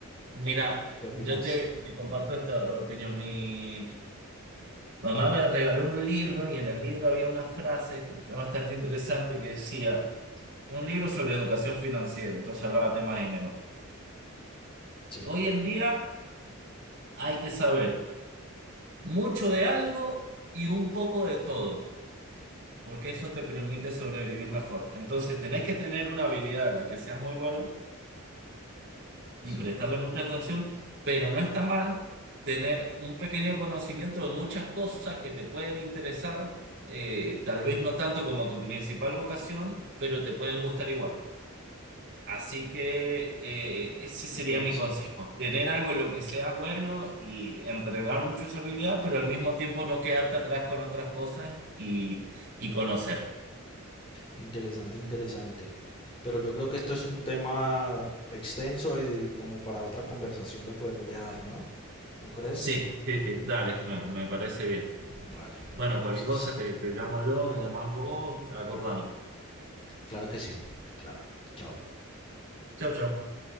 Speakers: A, on the right; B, on the left.
A: Mira,
B: ¿Qué opinas?
A: yo te, te comparto esta opinión. Mi mamá me regaló un libro y en el libro había una frase que está bastante interesante que decía, un libro sobre educación financiera, entonces hablaba temas de dinero.
B: Sí,
A: Hoy en día hay que saber mucho de algo y un poco de todo. porque eso te permite sobrevivir mejor. Entonces, tenés que tener una habilidad en la que seas muy bueno
B: sí.
A: y prestarle mucha atención, pero no está mal tener un pequeño conocimiento de muchas cosas que te pueden interesar, eh, tal vez no tanto como tu principal vocación, pero te pueden gustar igual. Así que eh, ese sería
B: Interesante,
A: mi consejo, tener algo en lo que seas bueno y entrenar mucho esa habilidad, pero al mismo tiempo no quedarte atrás con otras cosas y, y conocer.
B: interesante, interesante. Pero yo creo que esto es un tema extenso y de- como para otra conversación lo podemos dejar, ¿no? ¿No crees?
A: Sí, sí, sí, dale, me, me parece bien.
B: Vale.
A: Bueno, cualquier
B: Entonces,
A: cosa te, te llamo yo, me llamás vos, acordamos.
B: Claro que sí. Claro. Chao.
A: Chau, chau.